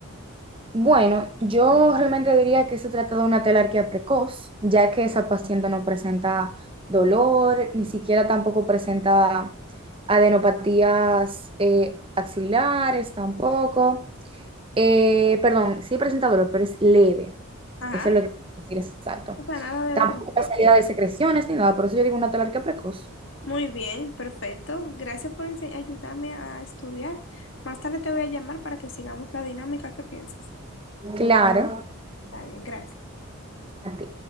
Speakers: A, on the right; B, on the left.
A: Bueno, yo realmente diría que se trata de una telarquía precoz, ya que esa paciente no presenta dolor, ni siquiera tampoco presenta adenopatías eh, axilares tampoco. Eh, perdón, sí presenta dolor, pero es leve.
B: Ajá,
A: Eso es lo que quiero decir exacto.
B: o sea, nada del
A: Tampoco
B: otro mundo.
A: hay salida de secreciones ni nada, por eso yo digo una talarquía precoz.
B: Muy bien, perfecto. Gracias por ense- ayudarme a estudiar. Más tarde te voy a llamar para que sigamos la dinámica. ¿Qué piensas?
A: Claro,
B: Está bien, gracias.
A: a ti.